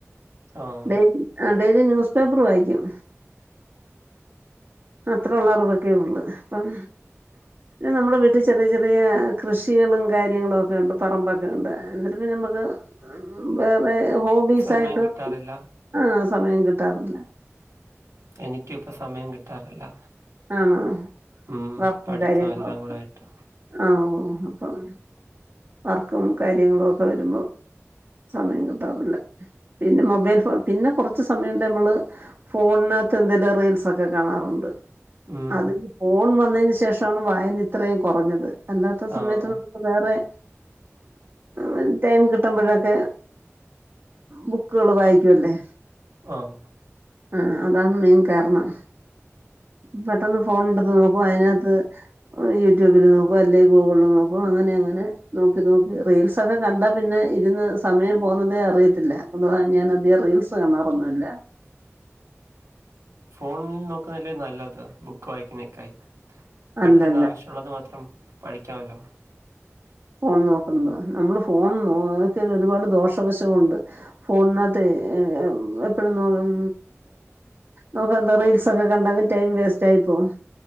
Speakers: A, on the right; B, on the right.
A: ആഹ്
B: ഡെി അതായത് ന്യൂസ് പേപ്പർ വായിക്കും അത്ര ഉള്ള അറിവ്ക്കേ ഉള്ളൂ അപ്പം
A: ആ
B: പിന്നെ നമ്മുടെ വീട്ടിൽ ചെറിയ ചെറിയ കൃഷികളും കാര്യങ്ങളുമൊക്കെ ഉണ്ട് പറമ്പൊക്കെ ഉണ്ട് എന്നിട്ട് പിന്നെ നമുക്ക് വേറെ ഹോബീസായിട്ട്
A: സമയം കിട്ടാറില്ല
B: ആ സമയം കിട്ടാറില്ല
A: എനിക്കൂപ്പ സമയം കിട്ടാറില്ല.
B: ആഹ്
A: ഉം
B: വർക്കും
A: പഠിത്തം
B: കാര്യങ്ങളും
A: എല്ലാം കൂടെ ആയിട്ട്
B: ആ ഓ അപ്പം വർക്കും കാര്യങ്ങളു ഒക്കെ വരുമ്പം സമയം കിട്ടാറില്ല. പിന്നെ മൊബൈൽ ഫോ പിന്നെ കുറച്ച് സമയം നമ്മള് ഫോണിനകത്ത് എന്തെല റീൽസൊക്കെ കാണാറുണ്ട്
A: ഉം
B: അത് ഫോൺ വന്നതിന് ശേഷമാണ് വായന ഇത്രയും കുറഞ്ഞത് അല്ലാത്ത സമയത്ത്
A: ആഹ്
B: ഇപ്പം വെറെ ഉം ടൈം കിട്ടുമ്പഴൊക്കെ ബുക്കുകള് വായിക്കുവല്ലേ
A: ആഹ്
B: ആഹ് അതാണ് മെയിൻ കാരണം പെട്ടന്ന് ഫോണടുത്ത് നോക്കു അതിനകത്ത് യൂട്യൂബില് നോക്കും അല്ലെ ഗൂഗിൾല് നോക്കും അങ്ങനെ അങ്ങനെ നോക്കി നോക്കി റീൽസൊക്കെ കണ്ടാപിന്നെ ഇരുന്ന് സമയം പോന്നതേ അറിയത്തില്ല എന്തുവാ ഞാൻ അധികം റീൽസ് കാണറന്നുല്ല
A: ഫോണിൽ നോക്കുന്നല്ലേ നല്ലത് ബുക്ക് വായിക്കുന്നേക്കായി പെട്ടെന്ന്
B: അല്ലല്ല
A: ആവശ്യമുള്ളത് മാത്രം പഠിക്കാമല്ലോ
B: ഫോൺ നോക്കുന്നുന്നത് നമ്മള് ഫോൺ നോക്കൽ ഒരുപാട് ദോഷവശവു ഉണ്ട് ഫോണിനകത്ത് എപ്പഴും ഉം നോക്ക എന്താ റീൽസ് ഒക്കെ കണ്ടാണ്ട് ടൈം വേസ്റ്റ് ആയി പോവും